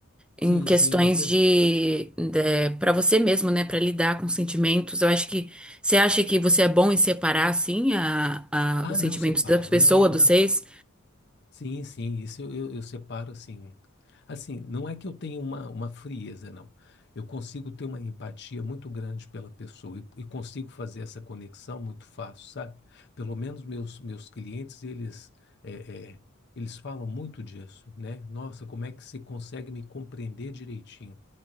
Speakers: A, in the centre; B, on the left.
A: Em
B: Sim,
A: questões
B: sim, é peso.
A: de, de para você mesmo, né? Pra lidar com sentimentos. Eu acho que você acha que você é bom em separar assim a, a,
B: Ah,
A: os
B: não,
A: sentimentos
B: separo.
A: da pessoa
B: Não, e-
A: dos
B: não.
A: seis?
B: Sim, sim, isso eu, eu, eu separo assim. Assim, não é que eu tenha uma, uma frieza, não. Eu consigo ter uma empatia muito grande pela pessoa e, e consigo fazer essa conexão muito fácil, sabe? Pelo menos meus, meus clientes, eles, é, é, eles falam muito disso, né? Nossa, como é que você consegue me compreender direitinho?